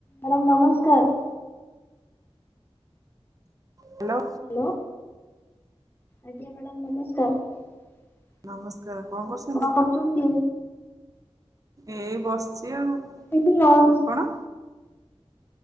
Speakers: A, on the left (about 20°); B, on the right (about 35°).
A: ମ୍ୟାଡ଼ାମ ନମସ୍କାର।
B: ହାଲୋ।
A: ହାଲୋ। ଆଜ୍ଞା ମ୍ୟାଡାମ ନମସ୍କାର
B: ନମସ୍କାର କରୁଛନ୍ତି?
A: କଣ କରୁଛନ୍ତି?
B: ଏଇ ବସିଛି ଆଉ
A: ଏଠି ଲଞ୍ଚ
B: ଆପଣ?